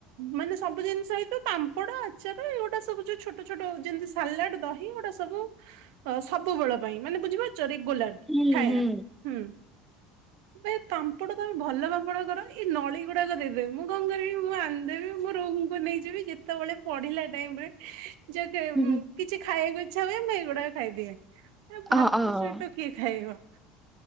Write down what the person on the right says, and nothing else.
ମାନେ ସବୁ ଜିନିଷ ହେଇଥିବ ପାମ୍ପଡ ଆଚାର ଏଗୁଡା ସବୁ ଛୋଟ ଛୋଟ ଛୋଟ ଯେମିତି ସାଲାଡ଼ ଦହି ଏ ଗୋଟା ସବୁ ସବୁବେଳ ପାଇଁ ମାନେ ବୁଝିପାରୁଛ ରେଗୁଲାର
ଖାଇବା
ହୁଁ ଭାଇ ପାମ୍ପଡ଼ ତମେ ଭଲ ପାମ୍ପଡ କର ଏଇ ନଳି ଗୁଡାକ ଦେଇଦେବେ ମୁଁ କଣ କରିବି ମୁଁ ଆଣିଦେବି ମୋ ରମ୍ ଙ୍କୁ ନେଇଯିବି ଯେ ସେତେବେଳେ ପଢିଲା ଟାଇମରେ ଯଉ
କିଛି ଖାଇବାକୁ ଇଚ୍ଛା ହୁଏ ମୁଁ ଏଗୁଡାକ ଖାଇଦିଏ ଏ
ଭାତ
ସହିତ କିଏ ଖାଇବ